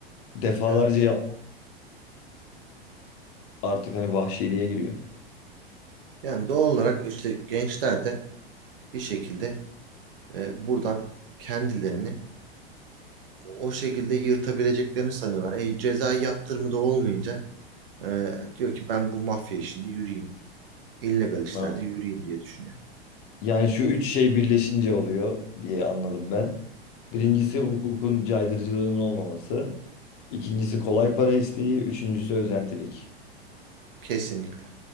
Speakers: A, on the left (about 40°); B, on the right (about 65°).
A: defalarca
B: Evet.
A: yap artık hani vahşiliğe giriyor.
B: Yani doğal olarak işte gençler de bir şekilde e, buradan kendilerini o şekilde yırtabileceklerini sanıyorlar. E, cezai yaptırımı da olmayınca e, diyor ki ben bu mafya işinde yürüyeyim. İllegal işlerde
A: Ha.
B: yürüyeyim diye düşünüyor.
A: Yani şu üç şey birleşince oluyor diye anladım ben. Birincisi
B: Hı hı.
A: hukukun caydırıcılığının olmaması. İkincisi kolay para isteği. Üçüncüsü özentilik.
B: Kesinlikle.